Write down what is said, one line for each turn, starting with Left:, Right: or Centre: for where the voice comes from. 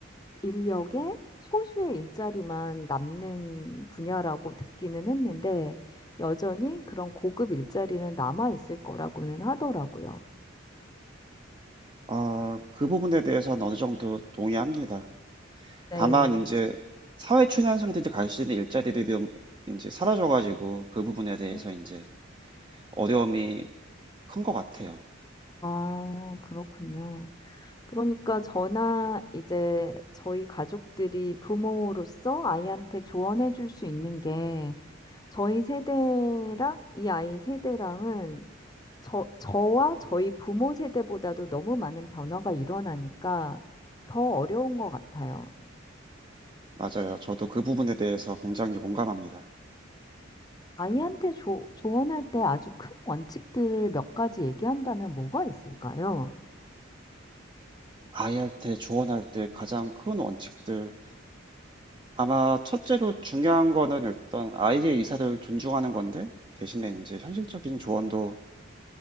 Left: 인력의 소수의 일자리만 남는 분야라고 듣기는 했는데 여전히 그런 고급 일자리는 남아 있을 거라고는 하더라고요.
Right: 아, 그 부분에 대해서는 어느 정도 동의합니다.
Left: 네.
Right: 다만 이제 사회 초년생들이 갈 수 있는 일자리들이 좀 이제 사라져가지고 그 부분에 대해서
Left: 음.
Right: 이제 어려움이 큰 것 같아요.
Left: 아, 그렇군요. 그러니까 저나 이제 저희 가족들이 부모로서 아이한테 조언해 줄 수 있는 게 저희 세대랑 이 아이 세대랑은 저, 저와 저희 부모 세대보다도 너무 많은 변화가 일어나니까 더 어려운 것 같아요.
Right: 맞아요. 저도 그 부분에 대해서 굉장히 공감합니다.
Left: 아이한테 조, 조언할 때 아주 큰 원칙들을 몇 가지 얘기한다면 뭐가 있을까요?
Right: 아이할 때, 조언할 때 가장 큰 원칙들. 아마 첫째로 중요한 거는 일단 아이의 의사를 존중하는 건데 대신에 이제 현실적인 조언도